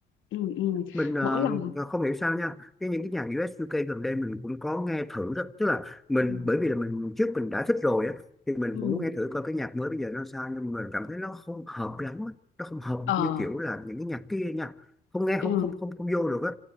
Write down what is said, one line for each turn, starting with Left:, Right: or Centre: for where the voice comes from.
Left: ừ ừ
Centre: mình ờ,
Left: mỗi lần
Centre: và không hiểu sao nha cái những cái nhạc US UK gần đây mình cũng có nghe thử đó tức là mình
Left: ừ
Centre: bởi vì là mình trước mình đã thích rồi á thì mình
Left: ừ
Centre: cũng muốn nghe thử coi cái nhạc mới bây giờ nó sao nhưng mà mình cảm thấy nó không hợp lắm á. nó không hợp
Left: ờ
Centre: như kiểu là những cái nhạc kia nha không nghe
Left: ừ.
Centre: không không không không vô được á